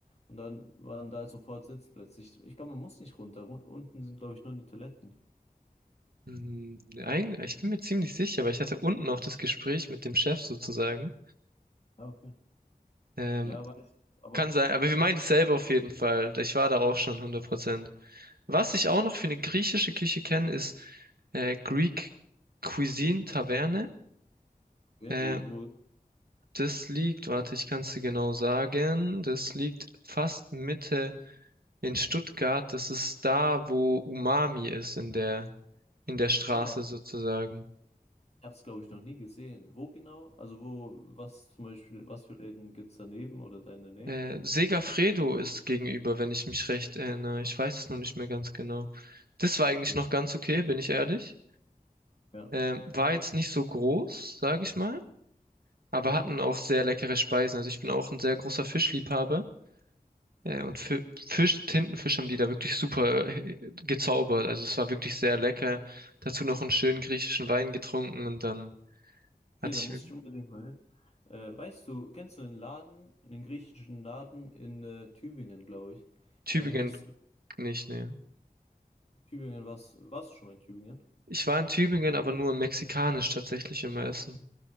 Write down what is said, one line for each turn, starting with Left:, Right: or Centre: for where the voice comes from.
Left: und dann waren da sofort Sitzplätze. Ich, ich glaube, man muss nicht runter. Ru- Unten sind, glaube ich, nur die Toiletten.
Right: Hm, eigentlich, ich bin mir ziemlich sicher, weil ich hatte unten auch das Gespräch mit dem Chef sozusagen.
Left: Ah, okay.
Right: Ähm,
Left: Ja, weiß ich nicht. Aber
Right: kann sein, aber wir meinen dasselbe auf jeden Fall. Ich war da auch schon hundert Prozent Was ich auch noch für eine griechische Küche kenne, ist äh, Greek Cuisine Taverne.
Left: okay,
Right: Äh,
Left: wo, wo,
Right: das liegt, warte, ich kann es dir genau sagen, das liegt fast Mitte in Stuttgart. Das ist da, wo Umami ist in der in der Straße
Left: ah, ich
Right: sozusagen.
Left: habe es, glaube ich, noch nie gesehen. Wo genau? Also wo, was zum Beispiel, was für Läden gibt es daneben oder da in der Nähe?
Right: Äh, Segafredo ist gegenüber, wenn ich mich recht erinnere. Ich weiß es nur nicht mehr ganz genau. Das war eigentlich
Left: Ja.
Right: noch ganz okay, bin ich ehrlich.
Left: Ja.
Right: Ähm, war jetzt nicht so groß, sage ich mal, aber
Left: Mhm.
Right: hatten auch sehr leckere Speisen. Also ich bin auch ein sehr großer Fischliebhaber. Äh, und Fi- Fisch, Tintenfisch haben die da wirklich super äh, gezaubert. Also es war wirklich sehr lecker. Dazu noch einen schönen griechischen Wein getrunken und dann
Left: Okay,
Right: hatte
Left: da muss
Right: ich
Left: ich unbedingt mal hin. Äh, weißt du, kennst du einen Laden, einen griechischen Laden in äh, Tübingen, glaube ich.
Right: Tübingen
Left: Der heißt
Right: nicht, nee.
Left: Tübingen, was, warst du schon mal in Tübingen?
Right: Ich war in Tübingen, aber nur in mexikanisch tatsächlich immer essen.